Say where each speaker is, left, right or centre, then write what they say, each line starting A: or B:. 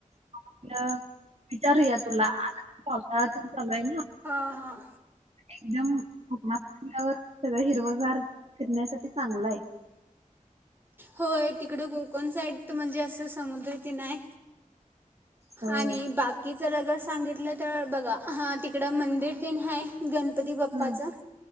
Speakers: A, on the right; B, on the right.
A: मग म्हटलं विचारूया तुला आता पावसाळा पण चालू आहे ना.
B: हा,
A: एकदम उकमाडावर सगळं हिरवं गार फिरण्यासाठी चांगलय.
B: होय. तिकड कोकण साईड म्हणजे असं समुद्र की नाय
A: होय.
B: आणि बाकी जर अगर सांगितलं तर बघा तिकडं मंदिर तिन हाय गणपती बाप्पाच.
A: हम्म